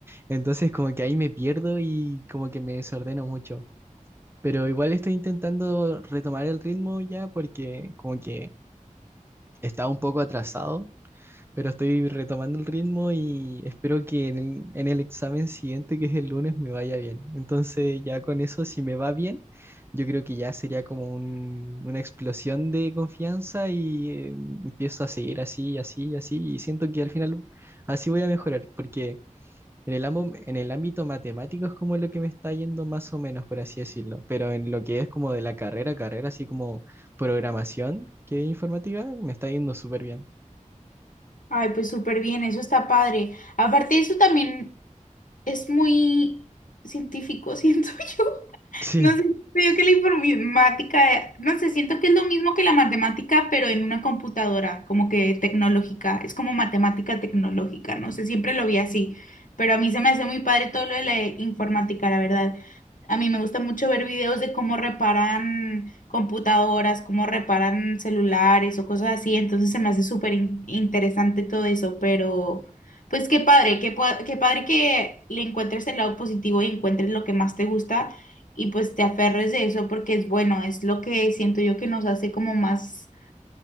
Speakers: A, on the right (about 15°); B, on the left (about 80°).
A: Entonces como que ahí me pierdo y como que me desordeno mucho. Pero igual estoy intentando retomar el ritmo ya porque como que estaba un poco atrasado pero estoy retomando el ritmo y espero que en el, en el examen siguiente, que es el lunes, me vaya bien. Entonces ya con eso, si me va bien, yo creo que ya sería como un- una explosión de confianza y eh, empiezo a seguir así, y así, y así, y siento que al final así voy a mejorar, porque en el, ambo- en el ámbito matemático es como lo que me está yendo más o menos, por así decirlo, pero en lo que es como de la carrera, carrera, así como programación, que es informática, me está yendo súper bien.
B: Ay, pues súper bien, eso está padre. Aparte de eso también... Es muy científico, <laughs> siento yo.
A: Sí,
B: No sé, siento yo que la informática, eh, no sé, siento que es lo mismo que la matemática, pero en una computadora, como que tecnológica, es como matemática tecnológica, no sé, siempre lo vi así, pero a mí se me hace muy padre todo lo de la informática, la verdad. A mí me gusta mucho ver videos de cómo reparan computadoras, cómo reparan celulares o cosas así, entonces se me hace súper in- interesante todo eso, pero... Pues qué padre, qué, pa- qué padre que le encuentres el lado positivo y encuentres lo que más te gusta y pues te aferres de eso porque es bueno, es lo que siento yo que nos hace como más,